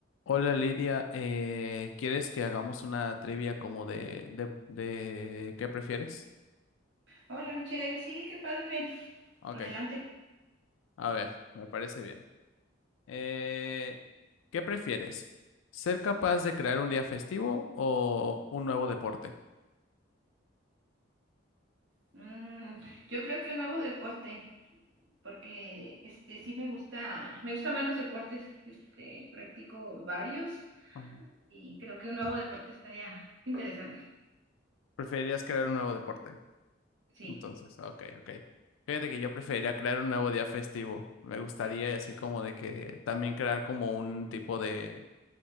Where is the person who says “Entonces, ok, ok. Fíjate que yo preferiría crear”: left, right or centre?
Left